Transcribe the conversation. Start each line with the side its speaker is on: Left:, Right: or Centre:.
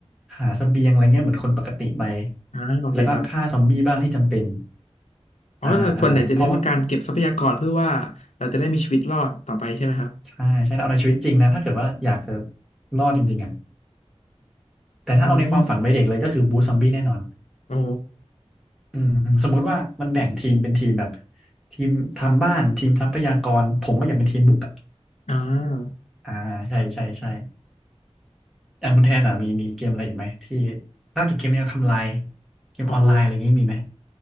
Centre: หาเสบียงอะไรเงี้ยเหมือนคนปกติไป
Left: อ่าโอเคครับ
Centre: แล้วก็ฆ่าซอมบี้บ้างที่จำเป็น
Left: อ๋อแต่ส่วนใหญ่จะเน้นเป็นการเก็บทรัพยากรเพื่อว่าเราจะได้มีชีวิตรอดต่อไปใช่ไหมครับ
Centre: อ่าอ่าเพราะว่าใช่ใช่เอาในชีวิตจริงนะ ถ้าเกิดว่าอยากจะรอดจริงๆอ่ะแต่ถ้าเอาในความฝันวัยเด็กเลยก็คือบูซอมบี้แน่นอน
Left: อืมอ๋อ
Centre: อืมอืมสมมุติว่ามันแบ่งทีมเป็นทีมแบบทีมทำบ้านทีมทรัพยากรผมก็อยากเป็นทีมบุกอะ
Left: อ่า
Centre: อ่าใช่ใช่ใช่อย่างคุณแทนอ่ะมีมีเกมอะไรอีกไหมที่นอกจากเกมแนวทำลายเกมออนไลน์อะไรอย่างงี้มีไหม
Left: โอ้